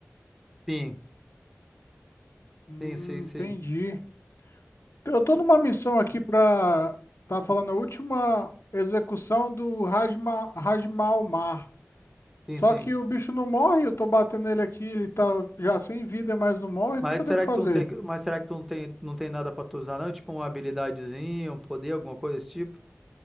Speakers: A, in the centre; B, on the left.
A: Sim,
B: Hum,
A: sim, sim, sim.
B: entendi. Então, Eu tô numa missão aqui pra. Tá falando a última execução do Rajma, Rajmal Mar. Só
A: Sim, sim.
B: que o bicho não morre, eu tô batendo ele aqui, ele tá já sem vida, mas não morre.
A: Mas
B: O que que eu
A: será
B: tenho que fazer?
A: que tu não tem, mas será que tu não tem, não tem nada pra tu usar, não? Tipo uma habilidadezinha, um poder, alguma coisa desse tipo?